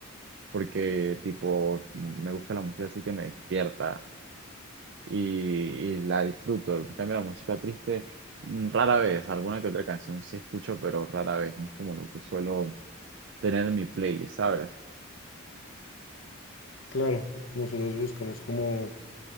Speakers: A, on the right (about 55°); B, on the left (about 70°).
A: Porque, tipo, me gusta la música así que me despierta y, y la disfruto. En cambio, la música triste, mm, rara vez, alguna que otra canción sí escucho, pero rara vez. No es como lo que suelo tener en mi playlist, ¿sabes?
B: Claro, nosotros buscamos como,